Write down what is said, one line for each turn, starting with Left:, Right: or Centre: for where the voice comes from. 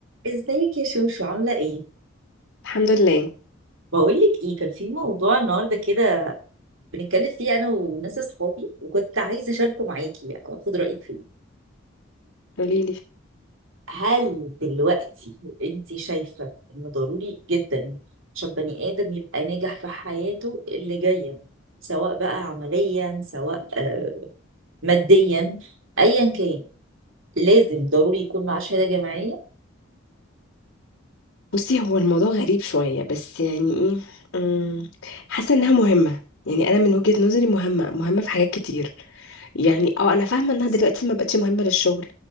Right: ازيك يا شوشو عاملة ايه؟
Left: الحمد لله
Right: بقولك ايه كان في موضوع النهاردة كده بنتكلم فيه انا وناس اصحابي وكنت عايزة اشاركه معاكي يعني واخد رأيك فيه
Left: قوليلي
Right: هل دلوقتي انت شايفة ان ضروري جدا عشان بني ادم يبقى ناجح في حياته اللي جاية سواء بقى عمليا سواء آه، ماديا ايا كان لازم ضروري يكون معاه شهادة جامعية؟
Left: بصي هو الموضوع غريب شوية بس يعني ايه أمم، حاسة انها مهمة يعني انا من وجهة نظري مهمة مهمة في حاجات كتير يعني اه انا فاهمة انها دلوقتي ما بقتش مهمة للشغل